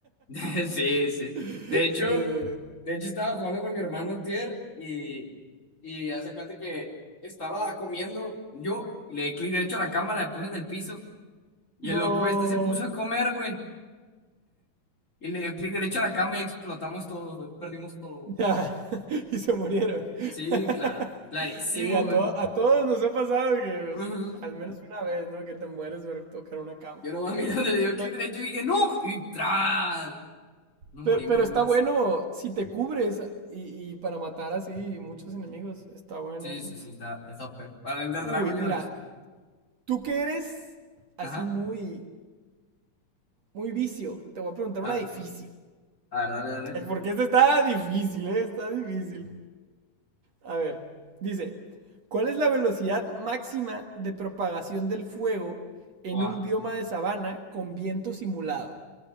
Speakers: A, on the left; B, on the right.
A: <laughs> Sí,
B: <laughs>
A: sí.
B: sí,
A: De hecho,
B: sí, sí.
A: De hecho, estaba jugando con mi hermano antier y, y hace cuenta que estaba comiendo. Yo le di clic derecho a la cama, la puse en el piso. Y el
B: Do.
A: loco este se puso a comer, güey. Y le dio clic derecho a la cama y explotamos todo, güey. Perdimos todo.
B: Ya. <laughs> y se murieron.
A: Sí,
B: <laughs>
A: claro. Clarísimo,
B: sí, a,
A: güey.
B: to- a todos nos ha pasado que pues,
A: Ujú.
B: al menos una vez, ¿no? Que te mueres por tocar una cama.
A: Yo nomás <laughs> mirando, le dio clic
B: Pe-
A: derecho y dije, ¡no! Y ¡tras! Nos
B: pe-
A: morimos
B: Pero,
A: bien
B: está
A: más.
B: bueno si te cubres y, y para matar así muchos enemigos. Está bueno
A: Sí,
B: eso.
A: sí, sí, está, está fue. Para Ender
B: Uy,
A: Dragon, ya
B: mira,
A: ves.
B: Tú que eres así
A: Ajá.
B: muy, muy vicio, te voy a preguntar
A: Ah,
B: una difícil.
A: a ver, dale, dale.
B: Es Porque esta está difícil, ¿eh? Está difícil. A ver, dice, ¿cuál es la velocidad máxima de propagación del fuego en
A: ¡Guau!
B: un bioma de sabana con viento simulado?